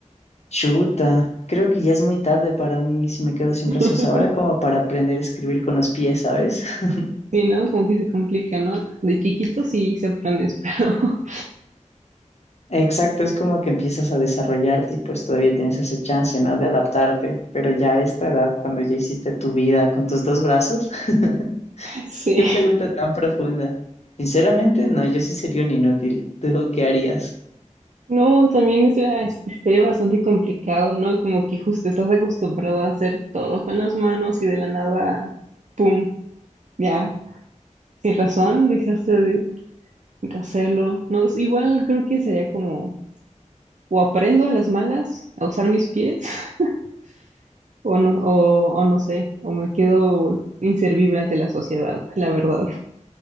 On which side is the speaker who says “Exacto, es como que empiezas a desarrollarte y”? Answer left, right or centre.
Left